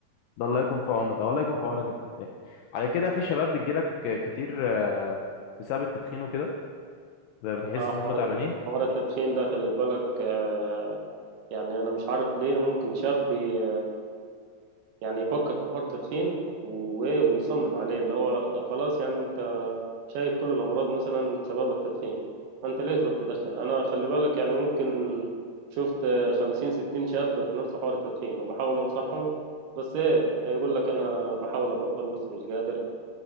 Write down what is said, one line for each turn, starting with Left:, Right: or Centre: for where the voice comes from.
Left: ده الله يكون في عونه ده والله يكون في عونك انت التاني على كده في شباب بتجيلك كتير آه، بسبب التدخين وكده بتحس
Right: اه
Left: ان
Right: حوار
Left: هم تعبانين
Right: التد- حوار التدخين ده خلي بالك آه يعني انا مش عارف ليه ممكن شاب ي- يعني يفكر في حوار التدخين و- ويصمم عليه اللي هو طب خلاص يعني انت شايف كل الأمراض مثلا سبب التدخين فأنت ليه تروح تدخن أنا خلي بالك يعني ممكن شفت خمسين ستين شاب في نفس حوار التدخين وبحاول أنصحهم بس إيه هيقول لك أنا بحاول أبطل بس مش قادر